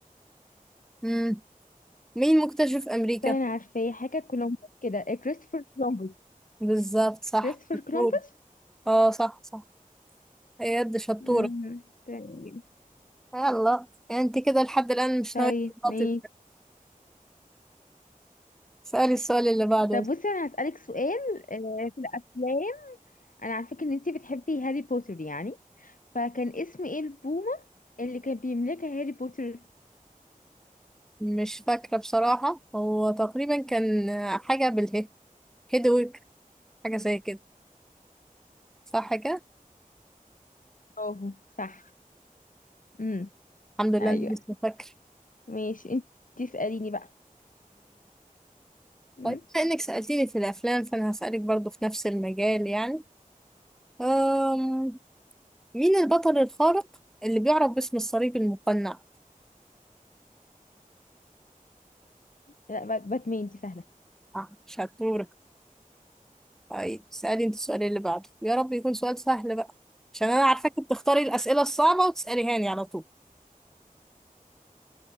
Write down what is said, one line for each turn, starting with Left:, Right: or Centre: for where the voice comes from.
Centre: مم. مين مكتشف امريكا
Left: استني انا عارفاه حاجة كولومبوس كده آه، كريستوفر كولومبوس
Centre: بالظبط صح
Left: كريستوفر
Centre: شطور
Left: كولومبوس
Centre: اه صح صح يد شطورة
Left: مم، تمام.
Centre: يلا انت كده لحد الآن مش
Left: طيب
Centre: ناوية تغلطي
Left: ماشي
Centre: سألي السؤال اللي بعده
Left: طب بصي انا هسألك سؤال آه، في الافلام انا عارفه ان انتي بتحبي هاري بوتر يعني فكان اسم ايه البومه اللي كان بيملكها هاري بوتر
Centre: مش فاكرة بصراحة هو تقريبا كان آه، حاجة بالهي هيدويك حاجة زي كده صح كده
Left: برافو صح امم
Centre: الحمد لله
Left: ايوه
Centre: اني لسه فاكرة
Left: ماشي انتي اسأليني بقى امم
Centre: طيب بما انك سألتيني في الافلام فانا هسألك برضو في نفس المجال يعني أم... مين البطل الخارق اللي بيعرف باسم الصليب المقنع
Left: لا بات- باتمان دي سهله
Centre: آه شطورة طيب سألي انت السؤال اللي بعده يا رب يكون سؤال سهل بقى عشان انا عارفاك بتختاري الأسئلة الصعبة وتسأليهاني على طول